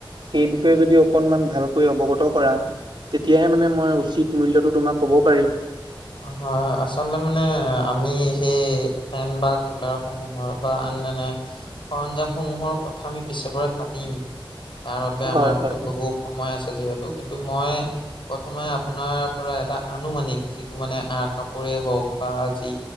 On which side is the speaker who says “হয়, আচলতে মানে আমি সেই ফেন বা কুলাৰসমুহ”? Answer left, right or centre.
Left